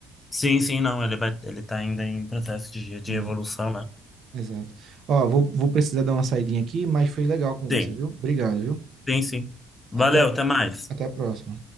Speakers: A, on the left; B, on the right.
A: Sim, sim, não. Ele vai, ele tá ainda em processo de, de
B: É,
A: evolução, né?
B: exato. Ó, vou, vou precisar dar uma saidinha aqui, mas foi legal a conversa,
A: Sim,
B: viu? Obrigado, viu?
A: sim, sim. Valeu,
B: Até,
A: até mais.
B: até a próxima.